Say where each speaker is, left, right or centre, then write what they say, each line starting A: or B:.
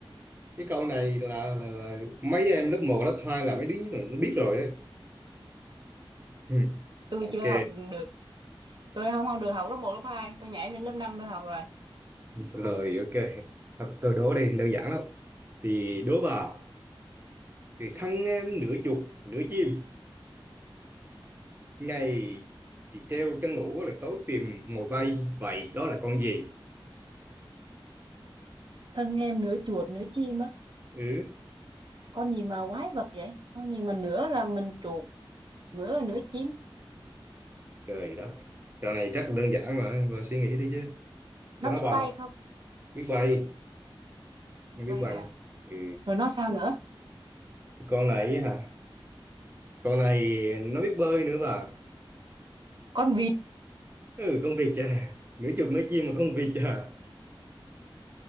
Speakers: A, on the right; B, on the right.
A: cái câu này là, là, là mấy đứa em lớp một lớp 2 là mấy đứa nó biết rồi đấy ừ.
B: tôi
A: ok
B: chưa học được tôi không học được học lớp một lớp hai, tôi nhảy lên lớp năm tôi học rồi
A: rồi ok Thôi, tôi đố đây đơn giản lắm thì đố bà thì thân em nửa chuột nửa chim Ngày thì treo trăng ngủ là tối tìm mồi bay Vậy đó là con gì?
B: thân em nửa chuột nửa chim á
A: Ừ,
B: con gì mà quái vật vậy con gì mà nửa là mình chuột nửa là nửa chim
A: trời đất Trò này rất là đơn giản mà Bà suy nghĩ đi chứ
B: nó
A: sao nó
B: biết
A: bà
B: bay
A: mà
B: không
A: biết bay Không
B: Biết
A: biết
B: bay
A: bay
B: à
A: Ừ,
B: rồi nó sao nữa
A: con này ấy hả? Con này nó biết bơi nữa bà
B: con vịt
A: Ừ, con vịt à Nửa chục nửa chim mà con vịt à